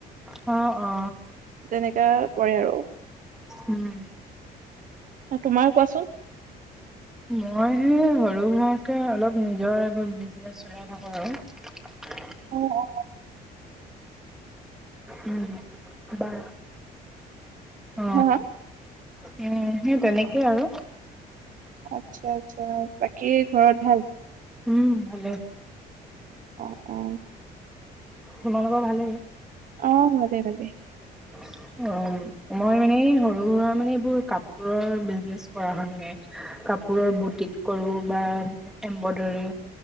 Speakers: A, in the centre; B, on the right.
A: অ। অ
B: তেনেকা কৰে আৰু। আৰু
A: উম
B: তোমাৰ কোৱাচোন?
A: মই সৰু সোৱাকে অলপ নিজৰ এইবোৰ বিজনেচ চলাই থাকো আৰু।
B: অ অ।
A: উম বা অ
B: হা হা
A: উম সেই তেনেকেই আৰু।
B: আচ্ছা আচ্ছা, বাকী ঘৰত ভাল?
A: উম ভালে।
B: অ অ।
A: তোমালোকৰ ভালেই?
B: অ ভালে ভালে।
A: অ মই মানে সৰু সুৰা মানে এইবোৰ কাপোৰৰ বিজনেচ কৰা হয় মানে। কাপোৰৰ বুটিক কৰো বা এমব্ৰইডৰী।